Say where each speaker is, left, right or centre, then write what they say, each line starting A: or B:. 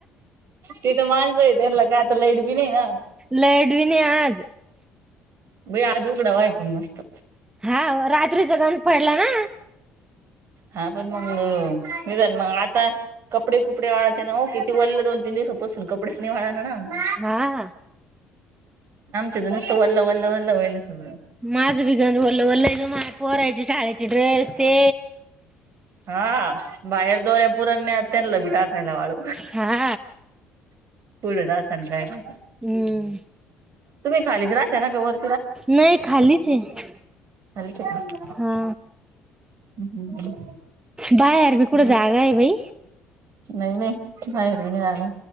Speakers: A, on the right; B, on the right.
A: ते तर माणसं आहे त्यांला काय आता लाईट बी नाही ना.
B: लाईट बी नाही आज.
A: बई आज उघडा वा आहे पण मस्त.
B: हा हो रात्रीचा गंज पडला ना.
A: हा पण मग मी जाईन मंग आता. कपडे कुपडे वाढते ना किती वोले दोन, तीन दिवसपासून कपडेच नाही वाढणार ना.
B: हा
A: आमच्या ज नुसतं वल्ला वल्ला वल्ला व्हायलं सगळं.
B: माझं बिगन ओल्लं ओल्लं आहे मा पोरायचे शाळेचे ड्रेस ते
A: हा. बाहेर दौऱ्या पुरन्या त्यांना बी टाकायला वाळू
B: हा
A: कुड टाकन जायचा
B: हम्म
A: तुम्ही खालीच राहताना का वर?
B: नाय खालीच आहे.
A: खालीच. <unintelligible>
B: हा
A: हम्म हम्म
B: बाहेर बी कुठं
A: हम्म.
B: जागा आहे बाई?
A: नाही नाही बाहेर वी नाही जागा.